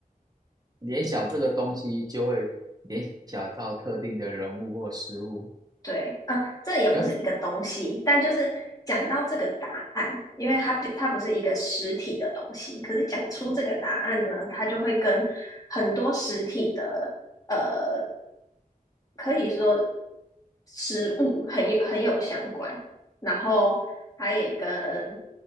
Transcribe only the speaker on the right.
联想这个东西就会联想到特定的人物或事物
跟